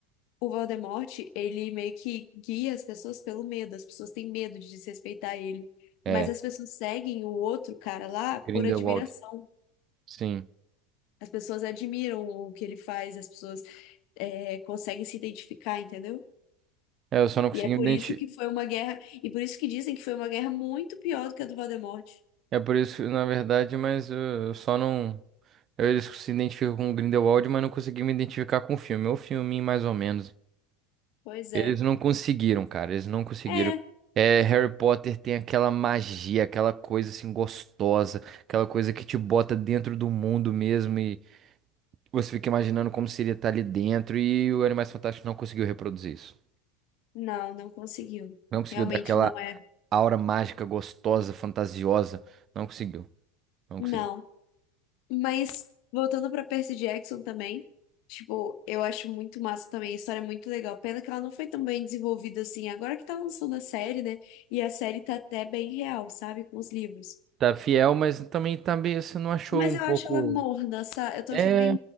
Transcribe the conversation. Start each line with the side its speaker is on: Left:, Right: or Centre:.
Left: o Voldemort, ele meio que guia as pessoas pelo medo, as pessoas têm medo de desrespeitar ele.
Right: É,
Left: Mas as pessoas seguem o outro cara lá
Right: Grindelwald.
Left: por admiração.
Right: Sim.
Left: As pessoas admiram o que ele faz, as pessoas é, conseguem se identificar, entendeu?
Right: É, eu só não consegui
Left: E é por
Right: me
Left: isso
Right: identi-
Left: que foi uma guerra, e por isso que dizem que foi uma guerra muito pior do que a do Voldemort.
Right: É por isso, na verdade, mas eu, eu só não. Eles se identificam com o Grindelwald, mas não consegui me identificar com o filme. É o filme, mais ou menos.
Left: Pois é.
Right: Eles não conseguiram, cara. Eles não conseguiram.
Left: É,
Right: É, Harry Potter tem aquela magia, aquela coisa assim gostosa, aquela coisa que te bota dentro do mundo mesmo e você fica imaginando como seria estar ali dentro. E o Animais Fantásticos não conseguiu reproduzir isso.
Left: não, não conseguiu.
Right: Não conseguiu
Left: Realmente
Right: dar aquela
Left: não é.
Right: aura mágica, gostosa, fantasiosa. Não conseguiu. Não
Left: Não.
Right: conseguiu.
Left: Mas voltando pra Percy Jackson também, tipo, eu acho muito massa também, a história é muito legal. Pena que ela não foi tão bem desenvolvida assim, agora que tá lançando a série, né? E a série tá até bem real, sabe, com os livros.
Right: Tá fiel, mas também tá meio, você não achou
Left: Mas
Right: um
Left: eu
Right: pouco.
Left: acho ela morna, sabe? Eu tô
Right: É,
Left: achando bem